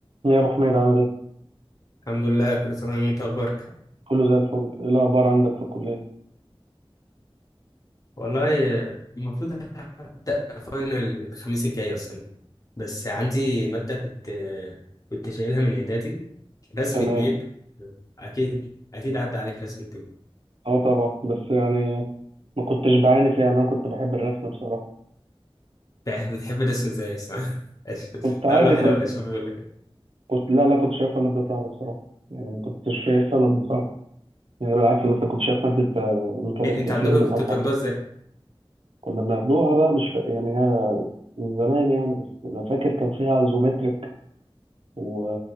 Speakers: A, on the right; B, on the left.
A: يا ابو حميد عامل ايه
B: الحمد لله كل سنة وانت اخبارك
A: كله زي الفل ايه الاخبار عندك في الكليه
B: والله المفروض هبدأ فاينل الخميس الجاي اصلا بس عندي مادة كنت كنت شايلها من اعدادي رسم
A: تمام
B: اتنين اكيد اكيد عدى عليك رسم اتنين
A: اه طبعا بس يعني ما كنتش بعاني فيها يعني انا كنت بحب الرسم بصراحه
B: بتح- بتحب الرسم ازاي اصلا <laughs>
A: كنت عادي
B: تعال واحد
A: كنت
B: اقول اشوف بيقول لك
A: كنت لا لا كنت شايفها ماده سهله بصراحه يعني ما كنتش شايفها ماده صعبه يعني بالعكس مثلا كنت شايف ماده آه، ميكانيكس
B: ايه انت
A: اتنين
B: عندكم
A: اصعب
B: كنتوا بتاخدوها ازاي
A: كنا بناخدوها بقى مش ف... يعني هي من زمان يعني بس انا فاكر كان فيها ايزومتريك و...